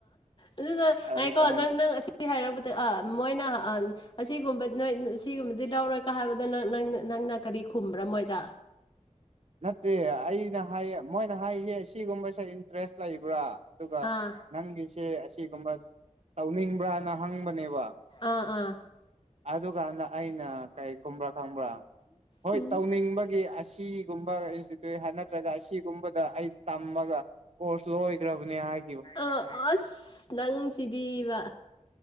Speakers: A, on the left; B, on the right.
A: ꯑꯗꯨꯗꯣ ꯉꯥꯢꯈꯣ
B: ꯑꯗꯨꯀꯥꯟꯗ
A: ꯅꯪ ꯅꯪ ꯑ ꯁꯤ ꯍꯥꯏꯔꯕꯗ ꯑ ꯃꯣꯏꯅ ꯑ ꯑꯁꯤꯒꯨꯝꯕ ꯅꯣꯢ ꯁꯤꯒꯨꯝꯕꯗꯤ ꯂꯧꯔꯣꯏꯀꯥ ꯍꯥꯏꯕꯗ ꯅ ꯅꯪ ꯅꯪꯅ ꯀꯔꯤ ꯈꯨꯝꯕ꯭ꯔ‌ ꯃꯣꯏꯗ
B: ꯅꯠꯇꯦ ꯑꯩꯅ ꯍꯥꯏ ꯃꯣꯏꯅ ꯍꯥꯏꯍꯦ ꯁꯤꯒꯨꯝꯕꯁꯦ ꯏꯟꯇ꯭ꯔꯦꯁ ꯂꯩꯕ꯭ꯔꯥ ꯑꯗꯨꯒ
A: ꯑꯥ
B: ꯅꯪꯒꯤꯁꯦ ꯑꯁꯤꯒꯨꯝꯕ ꯇꯧꯅꯤꯡꯕ꯭ꯔꯅ ꯍꯪꯕꯅꯦꯕ
A: ꯑꯥ ꯑꯥ
B: ꯑꯗꯨꯀꯥꯟꯗ ꯑꯩꯅ ꯀꯩ ꯈꯨꯝꯕ꯭ꯔꯥ ꯈꯪꯕ꯭ꯔꯥ ꯍꯣꯏ
A: ꯎꯝ
B: ꯇꯧꯅꯤꯡꯕꯒꯤ ꯑꯁꯤ ꯒꯨꯝꯕ ꯏꯟꯁꯇꯤꯇꯨ ꯅꯠꯇ꯭ꯔ ꯑꯁꯤꯒꯨꯝꯕꯗ ꯑꯩ ꯇꯝꯃꯒ ꯀꯣꯔꯁ ꯂꯣꯢꯒ꯭ꯔꯕꯅꯦ ꯍꯥꯢ
A: ꯑ ꯑꯁ ꯅꯪ ꯁꯤꯗꯤꯕ